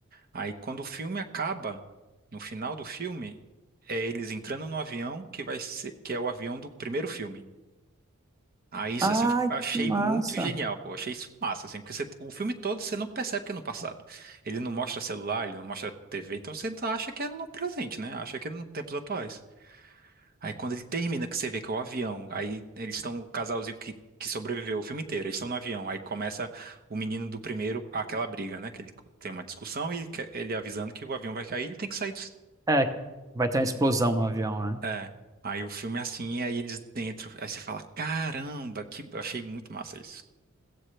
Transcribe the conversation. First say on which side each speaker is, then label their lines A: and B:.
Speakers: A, on the right; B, on the right.
A: Aí quando o filme acaba, no final do filme, é eles entrando no avião que vai ser, que é o avião do primeiro filme. Aí isso
B: Ai,
A: assim, eu achei
B: que massa.
A: muito genial, pô, achei isso massa, assim, porque você- o filme todo você não percebe que é no passado. Ele não mostra celular, ele não mostra TV, então você acha que é no presente, né? Acha que é nos tempos atuais. Aí quando ele termina, que você vê que é o avião, aí eles estão, o casalzinho que, que sobreviveu o filme inteiro, eles estão no avião, aí começa o menino do primeiro, aquela briga, né? Que ele tem uma discussão e que- ele avisando que o avião vai cair, ele tem que sair do...
B: É, vai ter uma explosão no avião, né?
A: É. Aí o filme é assim, aí eles dentro, aí você fala, caramba, que achei muito massa isso.